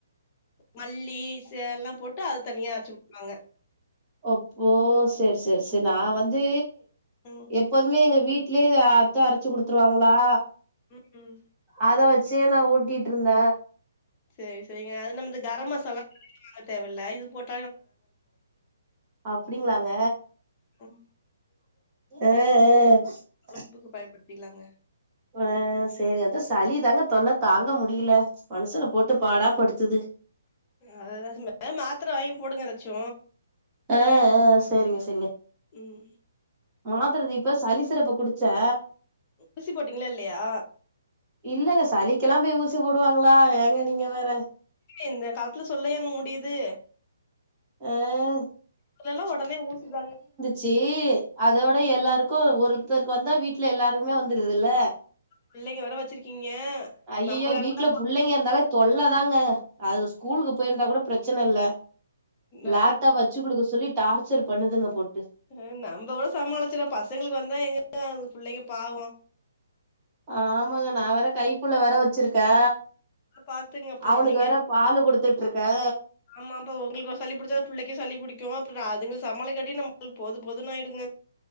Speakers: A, on the left; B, on the right.
A: மல்லி சே எல்லா போட்டு அத தனியா அரச்சு குடுப்பாங்க
B: ஒ ஓ செரி செரி செரி நா வந்து
A: ம்
B: எப் எப்போதுமே எங்க வீட்லயே எங்க அத்த அரச்சு குடுத்துருவாங்களா
A: ம்
B: அத வச்சே நா ஓட்டிட்டுருந்த
A: செரி செரிங்க அது நம்ம கர மசாலா வாங்க தேவல இது போட்ட
B: அப்படிங்களாங்க
A: ம்
B: ஆ ஆ
A: கொழப்புக்கு பயன்படுத்திக்கலாங்க
B: ஆ செரிங்க அதா சளிதாங்க தொல்ல தாங்க முடியில மனுசன போட்டு பாடா படுத்துது
A: அதுதாங்க மாத்தர வாங்கி போடுங்க எதாச்சு
B: ஆ ஆ செரிங்க செரிங்க
A: ம்
B: மாத்தர இப்ப சளி சிறப்பு குடிச்சே
A: ஊசி போட்டீங்ளா இல்லையா
B: இல்லங்க சளிக்கெல்லாம் போய் ஊசி போடுவாங்களா ஏங்க நீங்க வேற
A: இந்த காலத்துல சொல்லயாங்க முடியுது
B: ஆ
A: இதுலெல்லா ஒடனே ஊசி தாங்க
B: சீ அதோட எல்லாருக்கூ ஒருத்தர்க்கு வந்தா வீட்ல எல்லாருக்குமே வந்துடுதுல்ல
A: பிள்ளைங்க வேர வச்சிருக்கீங்க
B: ஐய்யயோ
A: நம்பளா
B: வீட்ல
A: கூட
B: புள்ளைங்க இருந்தாலே தொல்ல தாங்க அது ஸ்கூலுக்கு போயிருந்தா கூட பிரச்சன இல்ல
A: அதா
B: லேப்டாப் வச்சு குடுக்க சொல்லி டார்ச்சர் பண்ணுதுங்க போட்டு
A: அ நம்ப கூட சமாளிச்சறோ பசங்களுக்கு வந்தா எங்கங்க புள்ளைங்க பாவொ
B: ஆமாங்க நா வேற கைப்புள்ள வேற வச்சிருக்கே
A: பாத்துங்க அப்றோ
B: அவுனுக்கு
A: நீங்க
B: வேற பாலு குடுத்துட்ருக்கே
A: ஆமா அப்ப உங்களுக்கு சளி புடிச்சா புள்ளைக்கு சளி புடிக்கூ அப்புறொ அதுங்க சமாளிக்காட்டி நம்மளுக்கு போதும் போதுன்னு ஆயிடுங்க